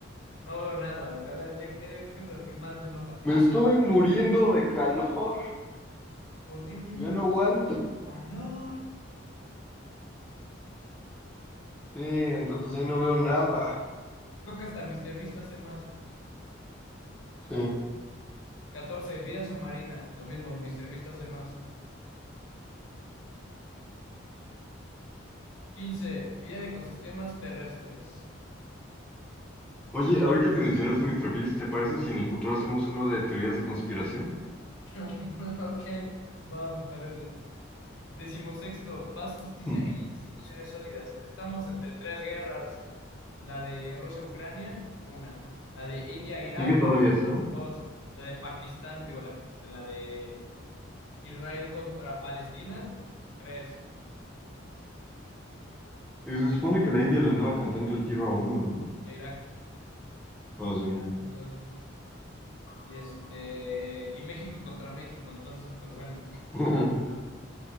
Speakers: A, on the left; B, in the centre.
A: No veo nada, de verdad, yo- eh, creo que es de lo que más me enoja.
B: Me
A: Hace
B: estoy
A: más,
B: muriendo
A: Mr.
B: de calor,
A: ¿por
B: <laughs>
A: qué tiene
B: ya no
A: que
B: aguanto.
A: hacer calor?
B: Sí, entonces ahí no veo nada.
A: Creo que hasta Mister Beast hace más.
B: Sí.
A: catorce Vida submarina. Lo mismo, Mister Beast hace más. quince Vía ecosistemas terrestres.
B: Oye, ahorita que mencionas a mister Beast, ¿te parece si en el futuro hacemos uno de teorías de conspiración?
A: <laughs> Ok, va, me parece. Decimosexto, paz, justicia
B: Hmm.
A: e instituciones sólidas. Estamos entre tres guerras. La de Rusia-Ucrania, una. La de India-Irak,
B: Sigue todavía eso.
A: dos. La de Pakistán, digo, la de Pakistán, la de Israel contra Palestina, tres.
B: Y
A: En
B: se
A: México,
B: supone que la India le andaba cantando el tiro a uno, ¿no?
A: Irak,
B: Ah,
A: o
B: sí.
A: Irán, uno de esos. Y este, y México contra México. Entonces, pues bueno.
B: <laughs>